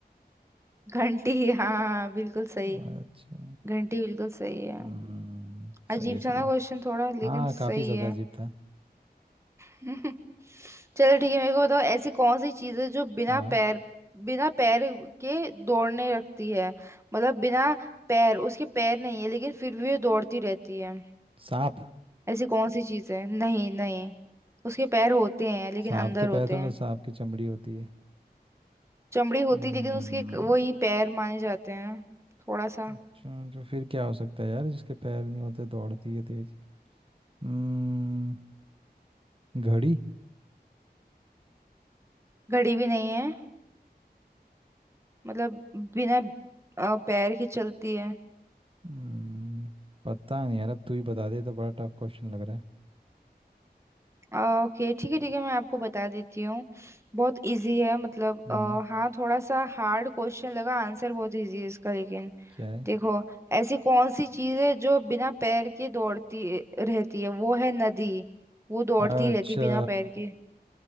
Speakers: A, on the right (about 15°); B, on the right (about 30°).
A: घंटी हाँ बिल्कुल सही
B: अच्छा
A: घंटी बिल्कुल सही है
B: हम्म, सही
A: अजीब
B: है सही
A: था ना
B: है
A: क्वेश्चन थोड़ा लेकिन
B: हाँ
A: सही
B: काफी ज्यादा
A: है
B: अजीब था
A: <laughs> चलो ठीक है मेरे को बताओ ऐसी कौन सी चीज है जो बिना
B: हाँ
A: पैर बिना पैर के दौड़ने रखती है मतलब बिना पैर उसके पैर नहीं है लेकिन फिर भी वो दौड़ती रहती है
B: सांप
A: ऐसी कौन सी चीज है नहीं नहीं उसके पैर होते हैं लेकिन
B: सांप
A: अंदर
B: के
A: होते
B: पैर थोड़ा
A: हैं
B: सांप की चमड़ी होती है
A: चमड़ी होती
B: हम्म,
A: है, लेकिन उसके क- वही पैर माने जाते हैं थोड़ा सा
B: अच्छा, तो फिर क्या हो सकता है यार जिसके पैर नहीं होते दौड़ती है तेज हम्म, घड़ी
A: घड़ी भी नहीं है मतलब बिना अ, पैर के चलती है
B: हम्म, पता नहीं यार अब तू ही बता दे ये तो बड़ा टफ क्वेश्चन लग रहा है
A: ओके ठीक है ठीक है मैं आपको बता देती हूँ बहुत इजी है मतलब
B: हम्म
A: अ, हाँ थोड़ा सा हार्ड क्वेश्चन लगा आंसर बहुत इजी है इसका लेकिन
B: क्या है
A: देखो ऐसी कौन सी चीज़ है जो बिना पैर के दौड़ती रहती है वो है नदी वो दौड़ती
B: अच्छा
A: रहती बिना पैर के